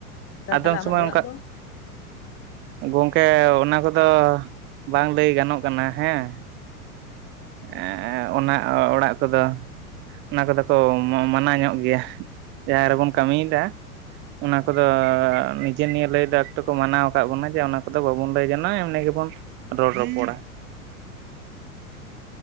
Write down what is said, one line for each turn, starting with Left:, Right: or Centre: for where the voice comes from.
Left: ᱫᱟ
Right: ᱟᱫᱚ
Left: ᱛᱟᱦᱚᱞᱮ
Right: ᱩᱱ
Left: ᱟᱢᱟᱜ
Right: ᱥᱢᱚᱭ
Left: ᱚᱲᱟᱜ
Right: ᱚᱝᱠᱟᱜᱼᱼ
Left: ᱫᱚ
Right: ᱜᱚᱝᱠᱮᱻ ᱚᱱᱟ ᱠᱚᱫᱚᱻ ᱵᱟᱝ ᱞᱟᱹᱭ ᱜᱟᱱᱚᱜ ᱠᱟᱱᱟ ᱦᱮᱸᱼᱼ
Left: ᱚ
Right: ᱮᱸᱻ ᱮᱸᱻᱵ <inaudible> ᱚᱱᱟ ᱚᱲᱟᱜ ᱠᱚᱫᱚ, ᱚᱱᱟ ᱠᱚᱫᱚ ᱠᱚ ᱢᱟᱱᱟ ᱧᱚᱜ ᱜᱮᱭᱟ᱾ ᱡᱟᱦᱟᱸ ᱨᱮᱵᱚᱱ
Left: ᱟᱪᱪᱷᱟ
Right: ᱠᱟᱹᱢᱤᱭᱮᱫᱟ
Left: ᱦᱮᱸ
Right: ᱚᱱᱟ ᱠᱚᱫᱚᱻ
Left: ᱦᱮᱸ
Right: ᱱᱤᱡᱮ - ᱱᱤᱭᱮ ᱞᱟᱹᱭ ᱫᱚ ᱮᱠᱴᱩ ᱠᱚ ᱢᱟᱱᱟ ᱠᱟᱜ ᱵᱚᱱᱟ ᱡᱮ ᱚᱱᱟ ᱠᱚᱫᱚ ᱵᱟᱵᱚᱱ ᱞᱟᱹᱭ ᱡᱟᱱᱚᱜᱼᱟ ᱮᱢᱱᱤ ᱜᱮᱵᱚᱱ ᱨᱚᱲ ᱨᱚᱯᱚᱲᱟ᱾
Left: ᱟᱪᱪᱷᱟ